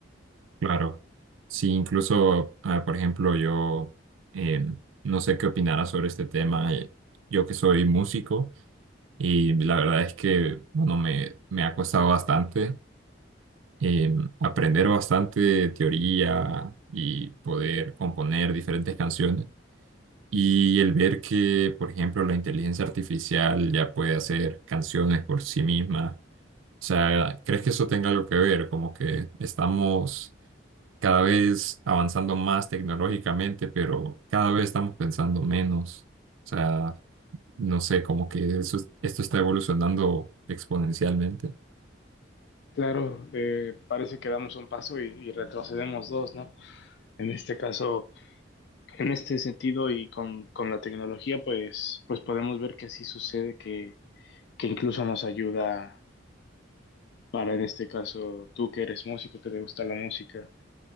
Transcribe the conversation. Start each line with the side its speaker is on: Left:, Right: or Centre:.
Right: Claro. Sí, incluso, ah, por ejemplo, yo eh, no sé qué opinarás sobre este tema. eh, Yo que soy músico y la verdad es que, bueno, me, me ha costado bastante eh, aprender bastante teoría y poder componer diferentes canciones. Y el ver que, por ejemplo, la inteligencia artificial ya puede hacer canciones por sí misma. O sea, ¿crees que eso tenga algo que ver? Como que estamos cada vez avanzando más tecnológicamente, pero cada vez estamos pensando menos. O sea, no sé, como que eso, es- esto está evolucionando exponencialmente.
Left: Claro, eh, parece que damos un paso y, y retrocedemos dos, ¿no? En este caso, en este sentido y con, con la tecnología, pues, pues podemos ver que sí sucede que, que incluso nos ayuda para, en este caso, tú que eres músico, que te gusta la música,